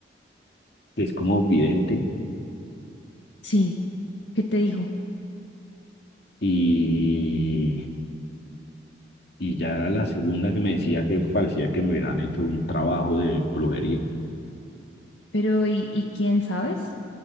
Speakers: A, on the left; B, on the left.
A: que es como vidente
B: Sí, ¿qué te digo?
A: y, y ya era la segunda que me decía que parecía que me hubieran hecho un trabajo de brujería.
B: Pero ¿y, y quién sabes?